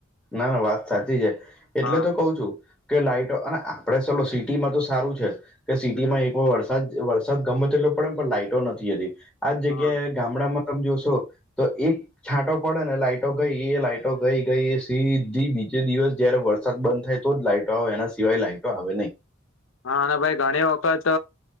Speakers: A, in the centre; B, on the left.
A: નાના વાત સાચી છે, એટલે
B: હા
A: તો કઉ છું. કે લાઈટો. અને આપડે ચલો સિટીમાં તો સારું છે, કે સિટીમાં
B: હમ
A: એક વા વર્ષ, સાદ વરસાદ ગમે તેટલો પડે ન, પણ લાઈટો નથી જતી. આ જ
B: હા
A: જગ્યાએ, ગામડામાં તમે જોશો, તો એક છાંટો પડે ને લાઈટો ગઈ લાઈટો ગઈ ગઈ હશે. સીધ્ધી બીજે દિવસ જયારે વરસાદ બંધ થાય તો જ લાઈટો આવે એના સિવાય લાઈટો આવે નહીં.
B: હા અને ભાઈ ઘણી વખત